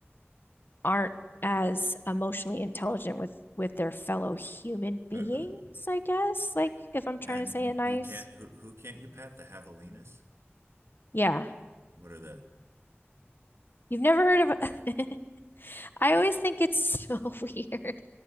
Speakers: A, on the left; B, on the right.
A: aren't as emotionally intelligent with with their fellow human beings,
B: <laughs>
A: I guess. Like if I'm trying
B: And
A: to say
B: you,
A: it nice.
B: you can't who who can't you pet? The javelinas?
A: Yeah.
B: What are they?
A: You've never heard of <laughs> I always think it's <laughs> so weird